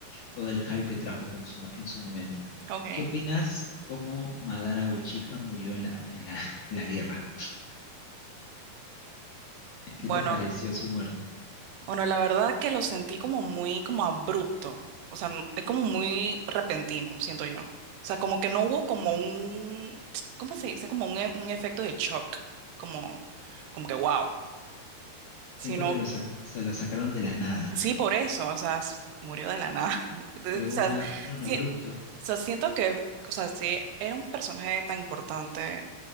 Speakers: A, on the left (about 70°); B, on the right (about 85°).
A: todo el hype que trajo con su, en su momento.
B: ok.
A: ¿Qué opinas cómo Madara Uchiha murió en la, en la, <laughs> en la guerra? ¿Qué
B: Bueno,
A: te pareció su muerte?
B: bueno, la verdad que lo sentí como muy como abrupto, o sea, n- es como muy repentino, siento yo. O sea, como que no hubo como un, ¿cómo se dice? Como un, e- un efecto de shock, como, como que wow, sino
A: Siento que lo sac- se lo sacaron de la nada.
B: Sí, por eso, o sea, s- murió de la nada. <laughs> Entonces,
A: Fue
B: O
A: una,
B: sea,
A: fue un
B: sí,
A: abrupto.
B: o sea, siento que, o sea, si era un personaje tan importante,